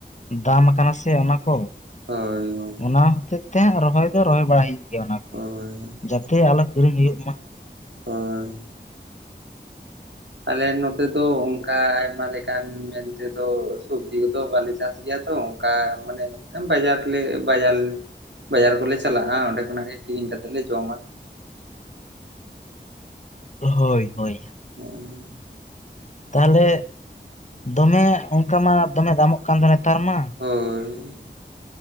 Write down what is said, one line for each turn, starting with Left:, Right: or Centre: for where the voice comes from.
Left: ᱫᱟᱢ ᱟᱠᱟᱱᱟ ᱥᱮ ᱚᱱᱟ ᱠᱚ ᱾
Right: ᱦᱳᱭ ᱜᱚᱝᱠᱮ ᱾
Left: ᱚᱱᱟ ᱦᱚᱛᱮᱡ ᱛᱮ ᱨᱚᱦᱚᱭ ᱫᱚ ᱨᱚᱦᱚᱭ ᱵᱟᱲᱟ ᱦᱩᱭᱩᱜ ᱜᱮᱭᱟ ᱚᱱᱟ ᱾
Right: ᱳᱭ
Left: ᱡᱟᱛᱮ ᱟᱞᱚ ᱠᱤᱨᱤᱧ ᱦᱩᱭᱩᱜ ᱢᱟ ᱾
Right: ᱦᱳᱭ ᱾ ᱟᱞᱮ ᱱᱚᱛᱮ ᱫᱚ ᱚᱱᱠᱟ ᱟᱭᱢᱟ ᱞᱮᱠᱟᱱ ᱢᱮᱱ ᱛᱮᱫᱚ ᱥᱚᱵᱽᱡᱤ ᱠᱚᱫᱚ ᱵᱟᱞᱮ ᱪᱟᱥ ᱜᱮᱭᱟ ᱛᱚ ᱚᱱᱠᱟ ᱢᱟᱱᱮ ᱵᱟᱡᱟᱨ ᱞᱮ ᱵᱟᱡᱟᱨ ᱵᱟᱡᱟᱨ ᱠᱚᱞᱮ ᱪᱟᱞᱟᱜᱼᱟ ᱚᱸᱰᱮ ᱠᱷᱚᱱᱟᱜ ᱜᱮ ᱠᱤᱨᱤᱧ ᱠᱟᱛᱮᱫ ᱞᱮ ᱡᱚᱢᱟ ᱾
Left: ᱦᱳᱭ ᱦᱳᱭ ᱾
Right: <unintelligible>
Left: ᱛᱟᱦᱚᱞᱮ ᱫᱚᱢᱮ ᱚᱱᱠᱟ ᱢᱟ ᱫᱚᱢᱮ ᱫᱟᱢᱚᱜ ᱠᱟᱱ ᱫᱚ ᱱᱮᱛᱟᱨ ᱢᱟ᱾
Right: ᱦᱳᱭ